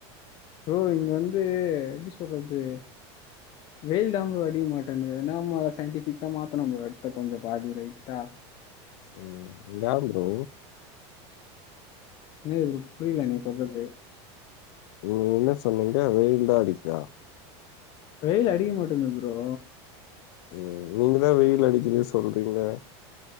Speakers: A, on the left; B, on the left.
A: ப்ரோ இங்க வந்து எப்டி சொல்றது வெயில்தா ப்ரோ அடிக்க மாட்டேந்து எதுனா நம்மோ சயின்டிஃபிக்கா மாத்தண்ணோ ப்ரோ எடுத்து கொஞ்சோ பாதி ரைட்டா
B: ஓ ஏ ப்ரோ
A: இன்னாது ப்ரோ புரில நீங்க சொல்றது
B: நீ என்ன சொன்னீங்க வெயில் தா அடிக்கு
A: வெயில் அடிக்க மாட்டேந்து ப்ரோ
B: ம் நீங்க தா வெயில் அடிக்குது சொல்றீங்க